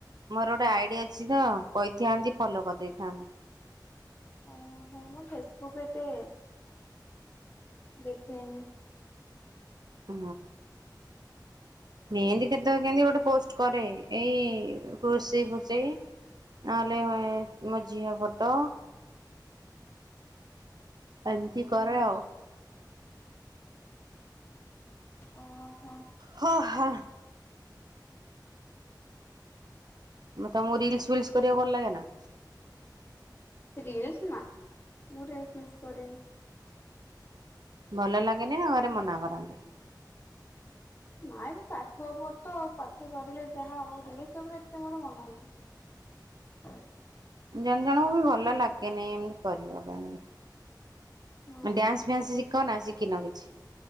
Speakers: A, on the right; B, on the left.
A: ମୋର ଗୋଟେ ଆଇଡି ଅ ଛିତ କହିଥାନ୍ତି ଫଲୋ କରିଦେଇଥାନ୍ତ।
B: ଓ ହୋ ମୁଁ ଫେସବୁକ୍ ଏତେ ଦେଖେନି।
A: ହୁଁ।
B: ହ <inaudible>
A: ମେହେନ୍ଦି କେତେବେଳେ କେମତି ଗୋଟେ ପୋଷ୍ଟ କରେ ଏଇ ନହେଲେ ମୋ ଝିଅ ଫଟ। ଏମିତି କରେ
B: ଓହୋ
A: ଆଉ।
B: ଓହୋ
A: ହ ହା ତମକୁ ରିଲସ ଫିଲସ କରିବାକୁ ଭଲ ଲାଗେ ନା?
B: ରିଲସ ନା ମୁଁ ରିଲସ ମିଲସ କରେନି।
A: ଭଲ ଲାଗେନି ନା ଘରେ ମନା କରନ୍ତି?
B: ନାଇଁ ଏବେ ପାଠ ପାଠ ପାଠ ସରିଲେ ଯାହା ଆଉ ରିଲସ ତ ମୋର ଏତେ ମୋର ମନ ନୁହୁଁ। ହଁ <inaudible>
A: ଜଣେ ଜଣଙ୍କୁ ବି ଭଲ ଲାଗେନି ଏମତି କରିବା ପାଇଁ।
B: ହୁଁ
A: ଡ୍ୟାନ୍ସ ଫ୍ୟାନ୍ସ ଶିଖ ନା ଶିଖିନ କିଛି?